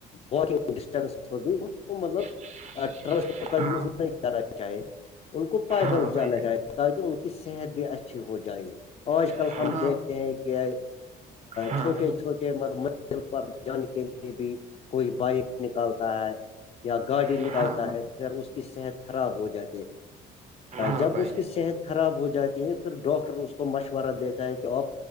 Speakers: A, on the left; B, on the right.
A: واکنگ ڈسٹینس ہوی مطلب
B: <unintelligible>
A: ٹرانسپورٹ کا
B: ہاں
A: یوز نہیں کرنا چاہے ان کو پیدل
B: ہاں
A: جانا
B: بھائی
A: چاہیے تاکہ ان کی صحت بھی اچھی ہو جائے آج کل
B: ہاں
A: ہم دیکھتے ہیں کہ
B: ہاں
A: چھوٹے چھوٹے مطلب مزل پر جانے کے لیے بھی کوئی بائک نکالتا ہے یا گاڑی
B: ہاں
A: نکالتا
B: ہاں بھائی
A: ہے پھر اس کی صحت خراب ہو جاتی ہے
B: ہاں
A: جب
B: بھائی
A: اس کی صحت خراب ہو جاتی ہے پھر ڈاکٹر اس کو مشورہ دیتا ہے کہ آپ